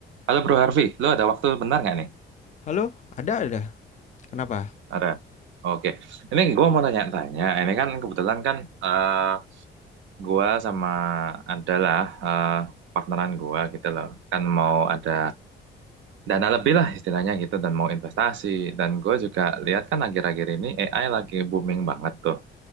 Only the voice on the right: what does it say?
Halo Bro Harvey, lo ada waktu bentar nggak nih?
Ada. Oke, ini gue mau tanya-tanya. Ini kan kebetulan kan eh gue sama adalah eh partneran gue gitu loh. Kan mau ada dana lebih lah istilahnya gitu dan mau investasi. Dan gue juga lihat kan akhir-akhir ini AI lagi booming banget tuh.